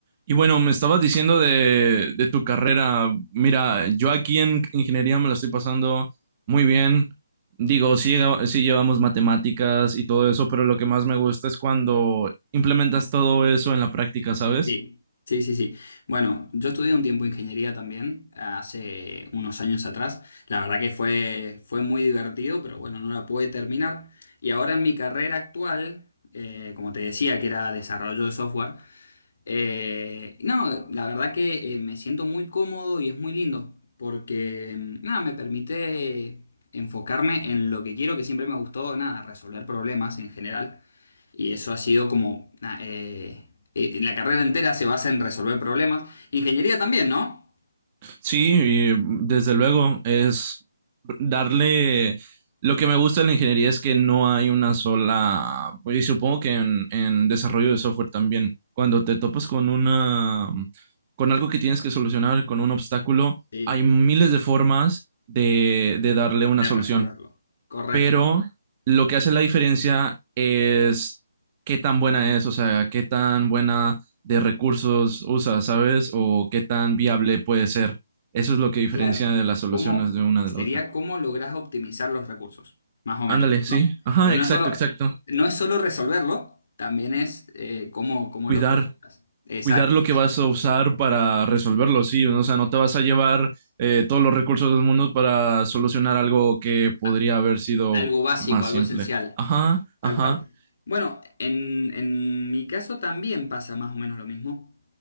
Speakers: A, on the right (about 30°); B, on the left (about 55°).
A: Y bueno, me estabas diciendo de, de tu carrera. Mira, yo aquí en ingeniería me la estoy pasando muy bien. Digo, sí, llega- sí llevamos matemáticas y todo eso, pero lo que más me gusta es cuando implementas todo eso en la práctica, ¿sabes?
B: Sí, sí, sí, sí. Bueno, yo estudié un tiempo ingeniería también, hace unos años atrás. La verdad que fue, fue muy divertido, pero bueno, no la pude terminar. Y ahora en mi carrera actual, eh, como te decía, que era desarrollo de software, eh, no, la verdad que eh, me siento muy cómodo y es muy lindo, porque mm, nada, me permite enfocarme en lo que quiero, que siempre me gustó, nada, resolver problemas en general. Y eso ha sido como... na- eh, eh, la carrera entera se basa en resolver problemas. Ingeniería también, ¿no?
A: Sí, y desde luego es darle... Lo que me gusta de la ingeniería es que no hay una sola... pues, Y supongo que en, en desarrollo de software también, cuando te topas con una... con algo que tienes que solucionar, con un obstáculo,
B: Sí,
A: hay miles de formas de, de darle una
B: de
A: solución
B: resolverlo. Correcto.
A: pero lo que hace la diferencia es qué tan buena es, o sea, qué tan buena de recursos usa, ¿sabes? O qué tan viable puede ser. Eso es lo que diferencia
B: Claro.
A: de las soluciones
B: ¿Cómo
A: de una
B: sería
A: de la otra.
B: cómo lográs optimizar los recursos? Más o menos,
A: Ándale,
B: ¿no?
A: sí. Ajá,
B: Porque no
A: exacto,
B: es solo,
A: exacto.
B: no es solo resolverlo, también es eh, cómo, cómo
A: Cuidar,
B: lo optimizas. Exacto.
A: cuidar lo que vas a usar para resolverlo, sí. O sea, no te vas a llevar eh, todos los recursos del mundo para solucionar algo que podría
B: A-
A: haber sido
B: Algo básico,
A: más
B: algo
A: simple.
B: esencial.
A: Ajá,
B: Tal
A: ajá,
B: cual. Bueno, en, en mi caso también pasa más o menos lo mismo.